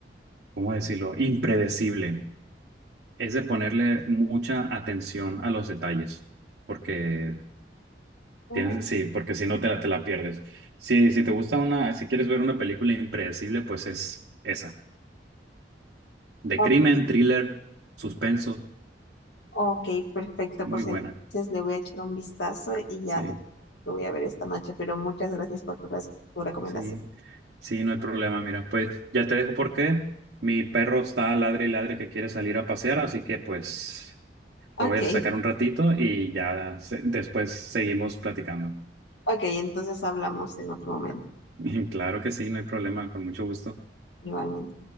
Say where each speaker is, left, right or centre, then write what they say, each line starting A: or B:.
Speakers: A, on the right; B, on the left.
A: ¿cómo decirlo? Impredecible. Es de ponerle mucha atención a los detalles, porque
B: Mm,
A: tienes, sí, porque si no te la, te la pierdes. Si, si te gusta una, si quieres ver una película impredecible, pues es esa. De
B: ok,
A: crimen, thriller, suspenso,
B: Ok, perfecto.
A: muy
B: Pues
A: buena.
B: entonces le voy a echar un vistazo y
A: Sí.
B: ya te, te voy a ver esta noche, pero muchas gracias por tu, res- tu recomendación.
A: Sí, sí, no hay problema. Mira, pues ya te dejo porque mi perro está ladre y ladre que quiere salir a pasear, así que pues
B: Ok,
A: lo voy a sacar un ratito y ya se- después seguimos platicando.
B: ok, entonces hablamos en otro momento.
A: <laughs> Claro que sí, no hay problema, con mucho gusto.
B: Igualmente.